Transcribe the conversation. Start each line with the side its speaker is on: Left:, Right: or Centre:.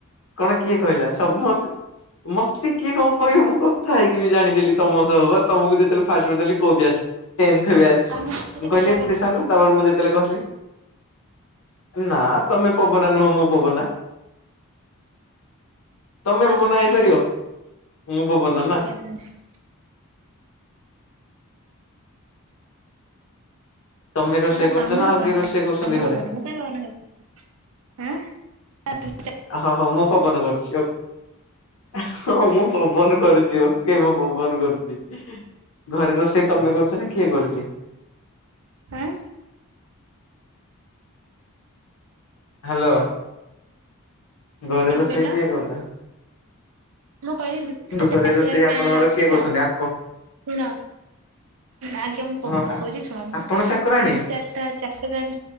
Left: କଣ କିଏ କହିଲା ସମସ୍ତେ ମତେ କିଏ କଣ କହିବ ମୁଁ କଥା ହେଇକିବି ଜାଣିଦେଲି ତମ ସହବା ତମକୁ ଯେତେବେଳେ ଫାଷ୍ଟ ପଚାରିଲି କୋଉ ଵ୍ୟଚ୍ ଟେନ୍ଥ ବ୍ୟାଚ୍
Right: ତମେ ମତେ
Left: ମୁ କହିଲି
Right: କଣ ପବନ
Left: ଏତେ ସାନ ତାପରେ ମୁ ଯେ ତେଳେକହିଲି ନାଁ ତମେ ପବନା ନୁହଁ ମୁଁ ପବନା। ତମେ
Right: ଆଉ
Left: ପବନା ହେଇପାରିବ ମୁଁ ପବନା ନାଁ।
Right: ହୁଁ।
Left: ତମେ ରୋଷେଇ
Right: ହ
Left: କରୁଛ
Right: ତମେ
Left: ନା
Right: ପବନାଟି
Left: ଆଉ କିଏ ରୋଷେଇ କରୁଛନ୍ତି
Right: ତମେ
Left: ଘରେ?
Right: ପବନ ମୁକାଇଁ ପବନା ହେବି ଆଁ <unintelligible>
Left: ହଁ ହଁ ମୁଁ ପବନ କରୁଚି ଆଉ ହଁ ମୁଁ ପବନ କରୁଚି ଆଉ। କିଏବା ପବନ କରୁଚି ଘରେ ରୋଷେଇ ତମେ କରୁଚିନା କିଏ କରୁଚି?
Right: ଆଁ?
Left: ହାଲୋ। ଘରେ
Right: କଣ
Left: ରୋଷେଇ
Right: କହିଲ
Left: କିଏ କରୁଚନ୍ତି?
Right: ମୁଁ କହିଲି ଦୁଇ ତିନିଟା
Left: ଘରେ
Right: ଚାକରାଣି
Left: ରୋଷେଇ ଆପଣଙ୍କର
Right: ଅଛିତ
Left: କିଏ କରୁଛନ୍ତି ଆପ
Right: ଶୁଣ। ଆଜ୍ଞା ମୁଁ କହୁଚି
Left: ହଁ
Right: କହୁଚି ଶୁଣନ୍ତୁ
Left: ଆପଣ ଚାକରାଣୀ
Right: ତିନି ଚାରିଟା ଚାକରାଣି